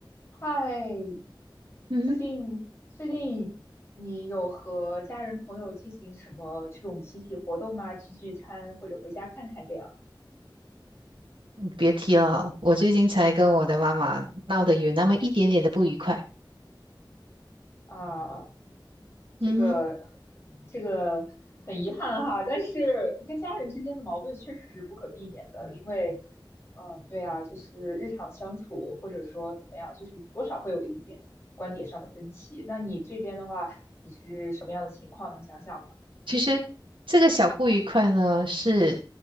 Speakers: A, on the left; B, on the right.
A: 嗨，
B: 嗯
A: 最近最近你有和家人朋友进行什么这种集体活动吗？聚聚餐或者回家看看这样
B: 哼别提了，我最近才跟我的妈妈闹得有那么一点点的不愉快。
A: 啊？这个
B: 嗯哼。
A: 这个很遗憾哈，但是跟家人之间的矛盾确实是不可避免的，因为呃，对啊，就是日常相处或者说怎么样，就是多少会有一点观点上的分歧。那你这边的话，你是什么样的情况？能讲讲吗？
B: 其实这个小不愉快呢，是